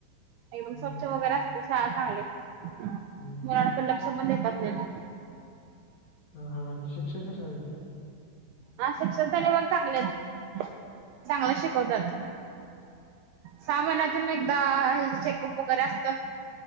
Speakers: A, on the right; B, on the left.
A: एकदम
B: हम्म
A: स्वच्छ
B: हम्म
A: वगैरे असते. शाळा चांगली आहे,
B: हम्म हम्म.
A: मुलांकडे लक्ष पण देतात नीट.
B: ह हा हा शिक्षक कशे हाइती?
A: हा शिक्षक तरी पण चांगले आहेत, चांगले शिकवतात. सहा महिन्यातून एकदा हेल्थ चेकअप वगैरे असतं